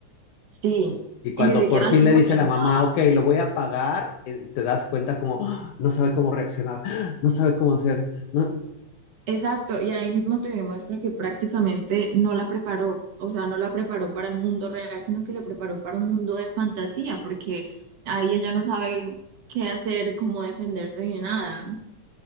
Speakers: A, on the right; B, on the left.
A: Sí,
B: Y cuando
A: y ni siquiera
B: por fin
A: lo
B: le dice
A: oye
B: la
A: ni
B: mamá,
A: nada.
B: ok, lo voy a pagar, eh, te das cuenta como, <gasps> ¡Ah! no sabe cómo reaccionar, <gasps> ¡Ah! no sabe cómo hacer. No,
A: Exacto, y ahí mismo te demuestra que prácticamente no la preparó, o sea, no la preparó para el mundo real, sino que la preparó para un mundo de fantasía, porque ahí ella no sabe qué hacer, cómo defenderse ni nada.